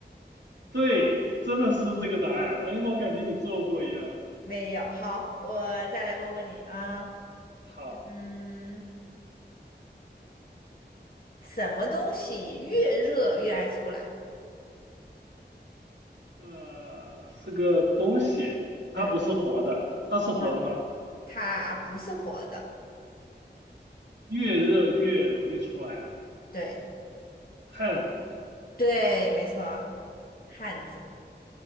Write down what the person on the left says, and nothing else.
没有，好，我再来问问你啊，
嗯，什么东西越热越爱出来？
嗯
嗯，它不是活的，
对
对，没错，汉子。